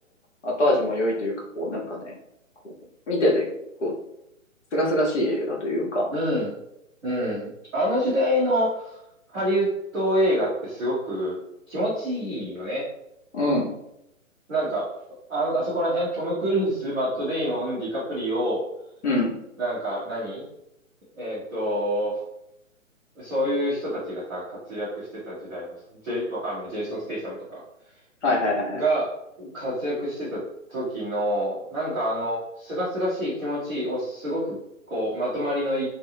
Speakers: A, on the left; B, in the centre.
A: ー後味も良いというか、こう、なんかね、こう見てて、こう、すがすがしい映画というか、
B: うん、うん。あの時代のハリウッド映画ってすごく気持ちいいよね。
A: うん、
B: なんか、あ、あそこら辺、トム・クルーズ、マット・デイモン、ディカプリオ、
A: うん、
B: なんか何、えっと、そういう人たちがさ、活躍してた時代のさ、ジェイ、わかんない、ジェイソン・ステイサムとか
A: はいはいはいはい、
B: が活躍してた時の、なんかあの、すがすがしい気持ちをすごく、こう、まとまりのい